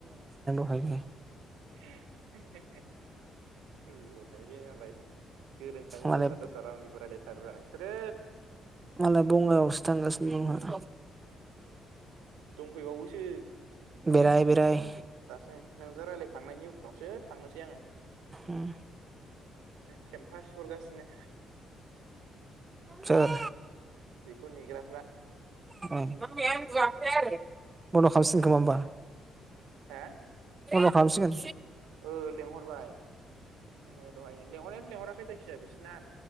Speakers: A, on the right; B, on the right.
A: आं दहायनो
B: <unintelligible>
A: मालाय
B: दस्रा दस्रा रावनिबो रायलायथारोब्रा नोंसोरो
A: मालाय बङायवावसो थांगासिनो दं
B: दंफैबावोसो
A: बेराय बेराय
B: दासो नोंजों रायलायखांनायनि उनावसो थांनोसै आङो
A: उम
B: फेम्फास सुहरगासिनो
A: सोर
B: बेखौ निग्रा
A: बन्द'खामसिनगोन खोमा होमबा
B: हा
A: बन्द खामसिगोन
B: ओ लेंहरबाय लिहरनाय दहाय लेंहरनायाथ' लेंहराखै जायखिजाया बिसि ना